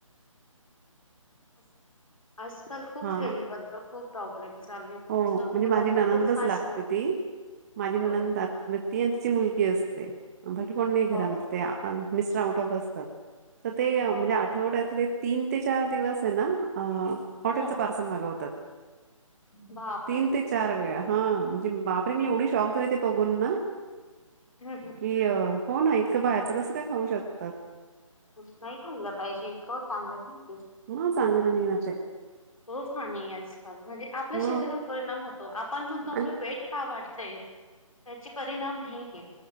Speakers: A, on the left (about 75°); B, on the right (about 30°).
A: बस ब आजकाल, खूप
B: हा
A: हेल्थबद्दल खूप प्रॉब्लेम चालू आहे
B: हो
A: बॉस
B: म्हणजे
A: मुलांना
B: माझी ननंदच
A: खूप फास्ट
B: लागते.
A: फूड
B: ती माझी ननंद
A: हो हो
B: ती अन तीची मुलग ती असते बाकी कोण नाही घरामध्ये,
A: हो हो
B: ते मिस्टर आउट
A: नाही
B: ऑफ असतात, तर ते
A: हो
B: म्हणजे
A: हो
B: आठवड्यातले
A: हो
B: तीन ते चार दिवस है ना? अ, हॉटेलचं
A: हो
B: पार्सल मागवतात.
A: बापरे
B: तीन ते चार वेळा हा बापरे,
A: हा
B: मी एवढी शॉक झाले ते बघून ना
A: हम्म, हम्म.
B: की अ हो ना, इतकं बाहेरच कसं काय खाऊ शकतात?
A: नाही खाल्लं पाहिजे इतकं चांगलं नाही.
B: मग चांगलं नाही ना ते
A: रोज खान आहे आजकाल, म्हणजे आपल्या
B: मग
A: शरीरावर परिणाम होतो आपण म्हणतो आपलं
B: आणि
A: वेट का वाढत? कसंय त्याची परिणाम हे